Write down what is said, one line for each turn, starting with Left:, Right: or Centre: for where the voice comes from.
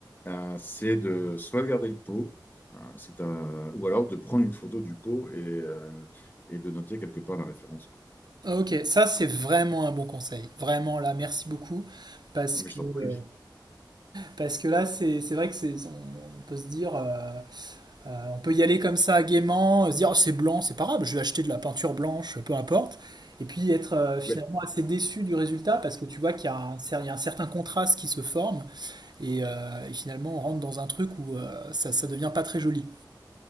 Left: euh, c'est de soit garder le pot, euh, c'est un- ou alors de prendre une photo du pot et, euh, et de noter quelque part la référence. quoi.
Right: Ah, Ok, ça c'est vraiment un bon conseil. Vraiment là, merci beaucoup. Parce
Left: Mais
Right: que,
Left: je t'en
Right: euh,
Left: prie.
Right: parce que là, c'est c'est vrai que c'est, on, on peut se dire, euh, euh, on peut y aller comme ça gaiement, euh, se dire Oh, c'est blanc, c'est pas grave, je vais acheter de la peinture blanche, peu importe. Et puis être euh, finalement
Left: Mais-
Right: assez déçu du résultat parce que tu vois qu'il y a un, cer- il y a un certain contraste qui se forme et, euh, et finalement on rentre dans un truc où euh, ça, ça devient pas très joli.